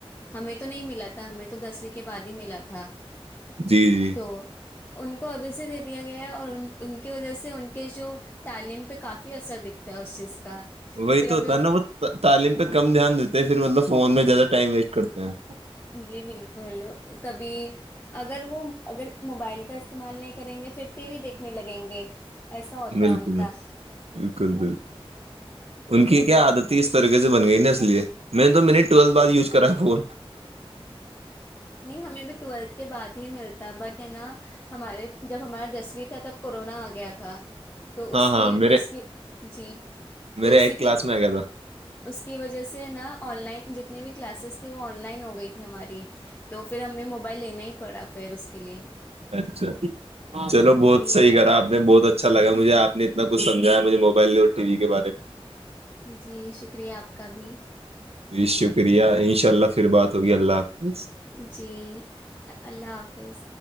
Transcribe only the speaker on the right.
جی جی
وہی
تو ہوتا
ہے نا وہ تعلیم پہ کم دھیان دیتے ہیں پھر مطلب فون میں زیادہ ٹائم ویسٹ کرتے ہیں
بالکل
بالکل بالکل ان
کی کیا عادت تھی اس طریقے سے بن گئی نا اس لیے میں نے تو میں نے ٹویلھ بع وز کرا ہے فون سے
ہاں ہاں
میرے
میرے
ایٹ کلاس
میں آ گیا
اچھا چلو بہت
صحیح کرا آپ نے بہت اچھا لگا مجھے آپ نے اتنا کچھ سمجھ ج ہے مجھے موبائل اور ٹی وی کے بارے میں
جی شکریہ ان شاء اللہ پھر بات ہوگی اللہ حافظ